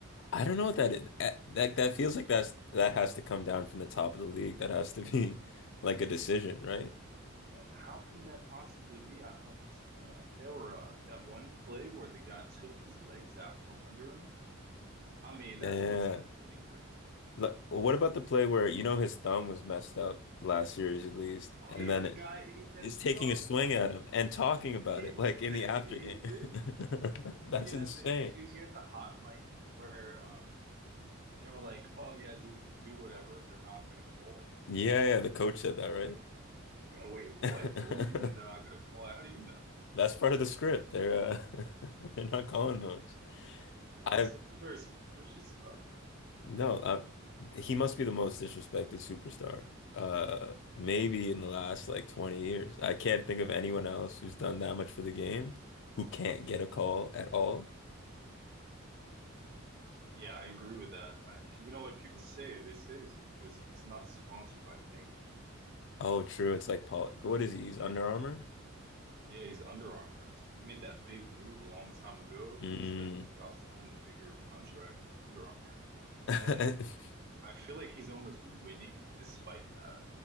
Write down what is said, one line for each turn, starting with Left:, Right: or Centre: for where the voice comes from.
Left: I don't know what that is. Eh, That that feels like that's that has to come down from the top of the league. That has to be like a decision, right?
Right: Yeah, how can that possibly be? I don't understand. Like there were uh, that one play where the guy took his legs out from under him. I mean,
Left: Yeah,
Right: that's
Left: yeah.
Right: almost a flagrant.
Left: Look, what about the play where you know his thumb was messed up last series at least,
Right: Oh
Left: and
Right: yeah,
Left: then
Right: and the guy aimed at
Left: is
Right: his
Left: taking
Right: thumb,
Left: a swing
Right: right?
Left: at him and talking about
Right: He
Left: it like in the
Right: <laughs>
Left: after
Right: he
Left: game.
Right: did.
Left: <laughs> That's
Right: Oh yeah,
Left: insane.
Right: and the, did you hear the hot mic where um they were like, "Oh yeah, just do whatever. They're not going to call it."
Left: Yeah, yeah, the coach said that, right?
Right: Like, yeah, wait, what?
Left: <laughs>
Right: What do you mean they're not going to call it? How do you know? that?
Left: That's part of the script. They're uh, <laughs> they're not calling those.
Right: I
Left: I
Right: have something very suspicious about that.
Left: no, I, he must be the most disrespected superstar. Uh, maybe in the last like 20 years. I can't think of anyone else who's done that much for the game who can't get a call at all.
Right: Yeah, I agree with that. I, you know what people say? They say it's because he's not sponsored by Nike.
Left: Oh, true. It's like Paul. What is he? He's Under Armour?
Right: Yeah, he's Under Armour. So he made that big move a long time ago.
Left: Mm.
Right: He's like, I'll sign the bigger contract with Under Armour.
Left: <laughs>
Right: And I feel like he's almost winning despite that.